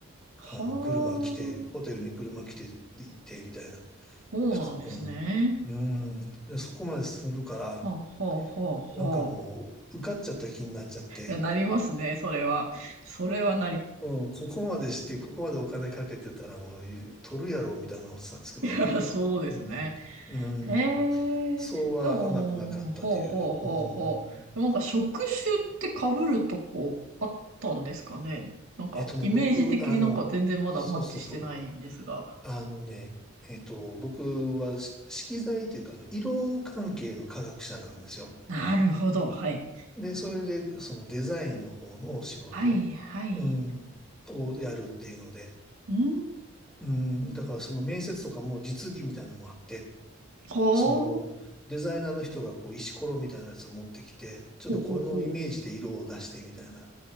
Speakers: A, on the right; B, in the centre.
A: はあ、
B: あの、車来て、ホテルに車来て行ってみたいな。
A: そうなんですね。
B: 普通うん、うんで、そこまでするから、
A: ほうほうほうほう。
B: なんかもう、受かっちゃった気になっちゃって、
A: いや、なりますね、それは。それはなり、
B: うん、ここまでして、ここまでお金かけてたらもう、取るやろ、みたいな思ってたんですけど、
A: <laughs> そうですね。
B: うん、うん、
A: へ
B: そうは甘くなかったという、
A: え、でも、ほうほうほうほう。
B: うん、
A: なんか職種って被るとこあったんですかね。なんか、
B: えっとね、
A: イメージ的になんか全然まだマッチしてないんですが。
B: 僕、あの、そうそうそう。あのね、えっと、僕はし色彩というか、あの色関係の科学者なんですよ。
A: なるほど、はい。
B: で、それで、そのデザインの方の仕事、
A: はい、はい。
B: うん、をやるっていうので、
A: うーん、
B: うん、だからその面接とかも実技みたいなのもあって、
A: ほう、
B: そのデザイナーの人がこう石ころみたいなやつを持ってきて、ちょっとこのイメージで色を出してみたいな、
A: ほうほうほう。
B: っ